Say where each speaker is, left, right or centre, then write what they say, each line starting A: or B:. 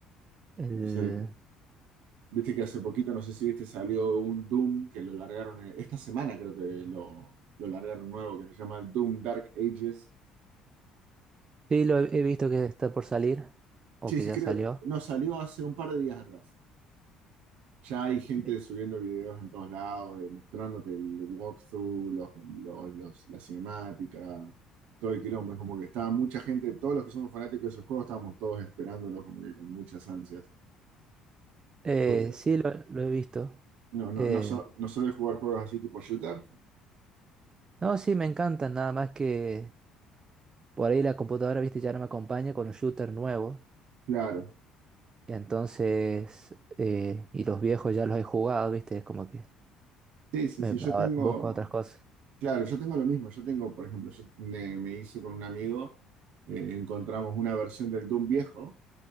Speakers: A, on the right; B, on the right.
A: el-
B: Entonces, viste que hace poquito, no sé si viste, salió un Doom que lo largaron, eh, esta semana creo que lo, lo largaron nuevo, que se llama el Doom Dark Ages
A: sí, lo he he visto que está por salir o
B: Sí,
A: que
B: sí,
A: ya
B: creo,
A: salió.
B: no, salió hace un par de días atrás. Ya hay gente
A: Eh,
B: subiendo videos en todos lados, eh, mostrándote el walkthrough, los, los- los- la cinemática, todo el quilombo. Es como que estaba mucha gente, todos los que somos fanáticos de esos juegos, estábamos todos esperándolo como que con muchas ansias.
A: eh,
B: Porque
A: sí, lo, lo he visto.
B: no, no,
A: Eh,
B: no, so- no suele jugar juegos así tipo shooter.
A: no, sí, me encantan nada más que por ahí la computadora, viste, ya no me acompaña con un shooter nuevo.
B: Claro.
A: entonces, eh, y los viejos ya los he jugado, viste, es como que
B: Sí, sí,
A: me,
B: sí, yo
A: ahora
B: tengo,
A: busco otras cosas.
B: claro, yo tengo lo mismo. Yo tengo, por ejemplo, yo me, me hice con un amigo, eh, encontramos una versión del Doom viejo,